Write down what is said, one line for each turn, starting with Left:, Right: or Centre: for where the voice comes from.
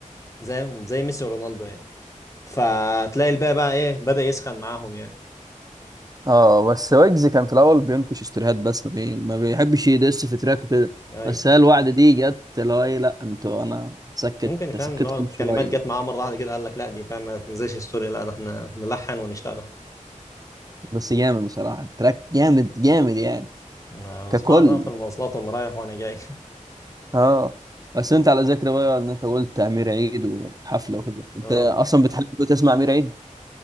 Left: زي زي ميسي ورونالدو يعني فتلاقي الباقي بقى ايه بدأ يسخن معاهم يعني
Right: اه بس ويجز كان في الاول بينكش ستوريهات بس ما, بي... ما بيحبش يدس في تراك وكده
Left: اي
Right: بس هي الوعد دي جت اللي هو ايه لا انتوا انا سكت
Left: ممكن فاهم
Right: سكتكم
Left: اللي هو الكلمات
Right: شويه
Left: جت معاه مره واحده كده قال لك لا دي فاهم ما تنزلش ستوري لا ده احنا نلحن ونشتغل
Right: بس جامد بصراحه التراك جامد جامد يعني
Left: آه،
Right: ككل
Left: بسمعها طبعا في المواصلات وانا رايح وانا جاي
Right: اه بس انت على ذكر بقى ان انت قلت امير عيد وحفله وكده انت
Left: <laughs> اه
Right: اصلا بتحب تسمع امير عيد